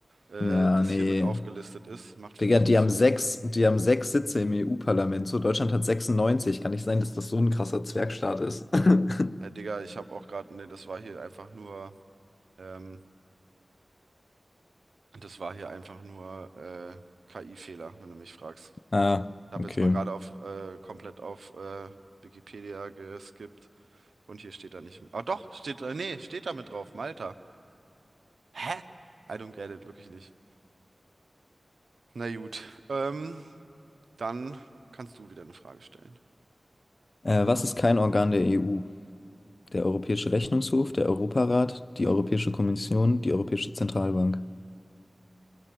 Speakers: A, on the right; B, on the left.
A: äh,
B: Ja,
A: das
B: nee.
A: hier mit aufgelistet ist. Macht für
B: Digga,
A: mich
B: die
A: nicht
B: haben
A: so
B: sechs,
A: Sinn.
B: die haben sechs Sitze im EU-Parlament. So, Deutschland hat 96. Kann nicht sein, dass das so ein krasser Zwergstaat ist. <laughs>
A: Hey Digga, ich habe auch gerade, ne, das war hier einfach nur, ähm, das war hier einfach nur äh, KI-Fehler, wenn du mich fragst.
B: Ah,
A: Ich habe
B: okay.
A: jetzt mal gerade auf äh, komplett auf äh, Wikipedia geskippt und hier steht da nicht. Ah doch, steht da, nee, steht da mit drauf, Malta. Hä? I don't get it, wirklich nicht. Na gut, ähm, dann kannst du wieder eine Frage stellen.
B: Äh, was ist kein Organ der EU? Der Europäische Rechnungshof, der Europarat, die Europäische Kommission, die Europäische Zentralbank.